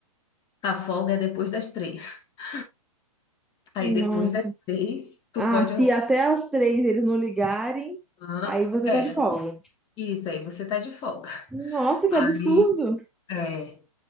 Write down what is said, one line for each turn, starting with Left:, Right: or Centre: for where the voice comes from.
Left: A folga é depois das três. <laughs> Aí
Centre: Nossa.
Left: depois das três, tu
Centre: Ah,
Left: pode
Centre: se até às três eles não ligarem,
Left: organizar.
Centre: aí você
Left: É,
Centre: tá de folga.
Left: isso aí, você tá de folga.
Centre: Nossa, que
Left: Aí,
Centre: absurdo!
Left: é.